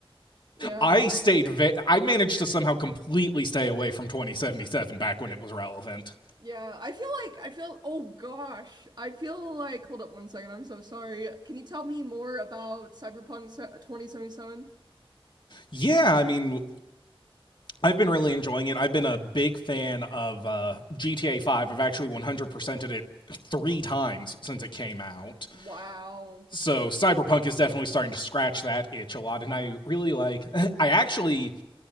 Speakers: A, on the right (about 45°); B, on the left (about 55°).
A: Yeah.
B: I stayed va- I managed to somehow completely stay away from 2077 back when it was relevant.
A: Yeah. I feel like I feel oh gosh. I feel like hold up one second. I'm so sorry. Can you tell me more about Cyberpunk se- 2077?
B: Yeah, I mean, I've been really enjoying it. I've been a big fan of uh, GTA 5. I've actually 100%ed it three times since it came out.
A: Wow.
B: So Cyberpunk is definitely starting to scratch that itch a lot. And I really like, <laughs> I actually